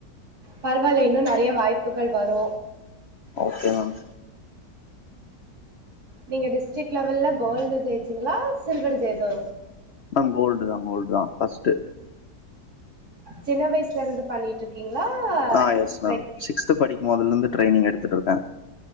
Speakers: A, on the right; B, on the left.
A: பரவாயில்லா இன்னு நறைய வாய்ப்புக்கள் வரு
B: ஓகே மேம்
A: நீங்க டிஸ்ட்ரிக்ட் லெவல்லா கோல்டு ஜெய்யிச்சிங்களா சில்வர் ஜெய்ப
B: மேம் கோல்டு தா கோல்டு தா ஃபஸ்ட்டு
A: சின்ன வயசுல இருந்து பண்ணிட்ருக்கீங்களா
B: ஆ எஸ் மேம்
A: லைக்
B: சிக்ஸ்த்து படிக்கும் போதுல இருந்து ட்ரைனிங் எடுத்துட்டு இருக்க